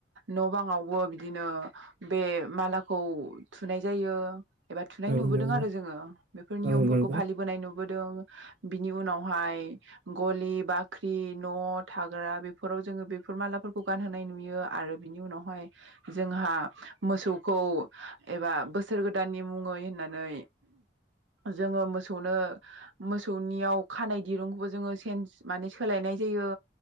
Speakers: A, on the right (about 85°); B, on the right (about 45°).
A: न' बाङावबो बिदिनो बे मालाखौ थुनाय जायो। एबा थुनाय
B: औ
A: नुबोदों
B: नंगौ
A: आरो जोङो बेफोर नियमफोरखौ
B: औ नंगौ
A: फालिबोनाय नुबो दों बिनि उनावहाय गलि बाख्रि न' थाग्रा बेफोराव जोङो बेफोर मालाफोरखौ गानहोनाय नुयो आरो बिनि उनावहाय जोंहा मोसौखौ एबा बोसोर गोदाननि मुङै होननानै जोङो मोसौनो मोसौनियाव खानाय दिरुंखौबो जोङो सेन्स माने सोलायनाय जायो।